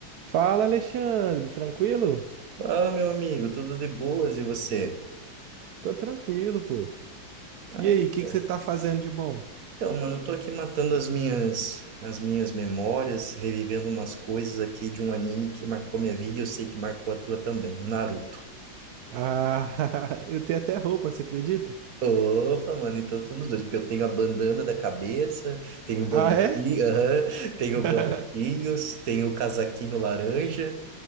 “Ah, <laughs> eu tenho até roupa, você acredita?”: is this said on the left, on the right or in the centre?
Right